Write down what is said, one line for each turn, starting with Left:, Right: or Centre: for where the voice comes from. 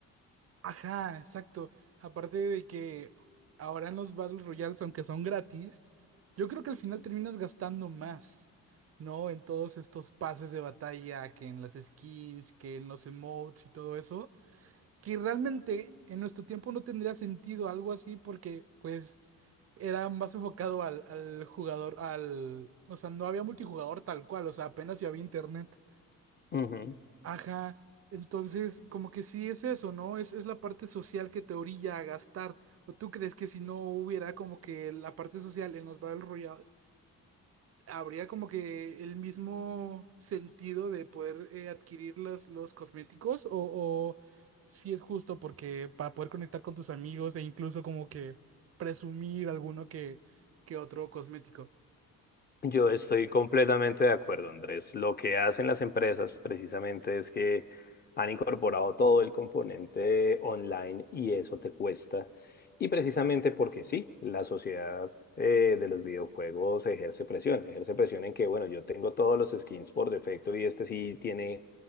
Right: Ajá, exacto. Aparte de que ahora en los Battle Royales, aunque son gratis, yo creo que al final terminas gastando más, ¿no? En todos estos pases de batalla, que en las skins, que en los emotes y todo eso, que realmente en nuestro tiempo no tendría sentido algo así porque pues era más enfocado al, al jugador, al... O sea, no había multijugador tal cual, o sea, apenas si había internet.
Left: Ujú.
Right: Ajá, entonces como que sí es eso, ¿no? Es, es la parte social que te orilla a gastar. ¿O tú crees que si no hubiera como que la parte social en los Battle Royale, habría como que el mismo sentido de poder eh, adquirir los, los cosméticos? ¿O, o si es justo porque para poder conectar con tus amigos e incluso como que presumir alguno que, que otro cosmético?
Left: Yo estoy completamente de acuerdo, Andrés. Lo que hacen las empresas precisamente es que han incorporado todo el componente online y eso te cuesta. Y precisamente porque sí, la sociedad eh, de los videojuegos ejerce presión. Ejerce presión en que, bueno, yo tengo todos los skins por defecto y este sí tiene